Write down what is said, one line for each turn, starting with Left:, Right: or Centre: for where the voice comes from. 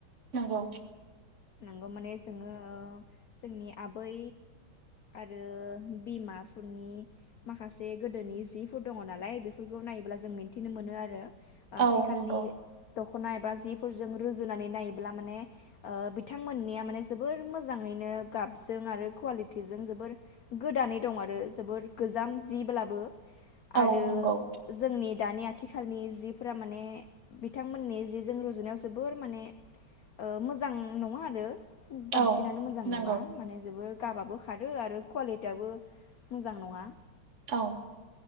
Right: नंगौ
Left: नंगौ माने जोङो जोंनि आबै आरो बिमाफोरनि माखासे गोदोनि जिफोर दङ नालाय बेफोरखौ नायोब्ला जों मिन्थिनो मोनो आरो आथिखालनि
Right: औ नंगौ
Left: दख'ना एबा जिफोरजों रुजुनानै नायोब्ला माने ओह बिथांमोननिया माने जोबोर मोजाङैनो गाबजों आरो कुवालिटिजों जोबोर गोदानै दं आरो जोबोर गोजाम जिब्लाबो
Right: औ
Left: आरो
Right: नंगौ
Left: जोंनि दानिया थिखालनि जिफोरा माने बिथांमोननि जिजों रुजुनायाव जोबोर माने ओ मोजां नङा आरो।
Right: औ
Left: बांसिनानो मोजां
Right: नंगौ
Left: नङा माने जोबोद गाबाबो खारो आरो कुवालिटियाबो मोजां नङा।
Right: औ।